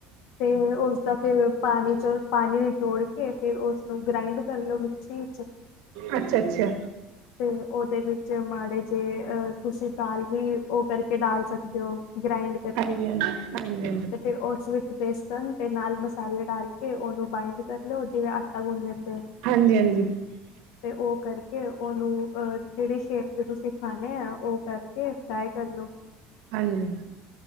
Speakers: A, on the left; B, on the right.
A: ਤੇ ਉਸਦਾ ਫ਼ਿਰ ਪਾਣੀ 'ਚ' ਪਾਣੀ ਚੋੜ ਕੇ ਫੇ਼ਰ ਉਸਨੂੰ ਗ੍ਰਾਇੰਡ ਕਰ ਲਓ ਮਿਕਸੀ
B: ਅੱਛਾ-ਅੱਛਾ
A: ਫ਼ੇਰ ਉਹਦੇ ਵਿੱਚ ਮਾੜੇ ਜੇ ਆ ਤੁਸੀਂ ਦਾਲ ਵੀ ਉਹ ਕਰਕੇ <unintelligible> ਸਕਦੇ ਹੋ ਗ੍ਰਾਈੰਡ ਕਰਕੇ
B: ਹਾਂਜੀ ਹਾਂਜੀ ਹਾਂਜੀ
A: ਫੇ਼ਰ ਉਸ ਵਿੱਚ ਵੇਸਣ ਤੇ ਨਾਲ਼ ਮਸਾਲੇ ਡਾਲ ਕੇ ਉਹਨੂੰ ਬਾਈੰਡ ਕਰ ਲਿਉ <unintelligible> ਗੁਣ ਲੈਂਦੇ ਆ
B: ਹਾਂਜੀ <inaudible>
A: ਤੇ ਉਹ ਕਰਕੇ ਉਹਨੂੰ ਜਿਹੜੀ ਸ਼ੇਪ 'ਤੇ ਤੁਸੀਂ ਖਾਣੇ ਆ ਉਹ ਕਰਕੇ ਫ਼ਰਾਈ ਕਰ ਲਉ
B: ਹਾਂਜੀ।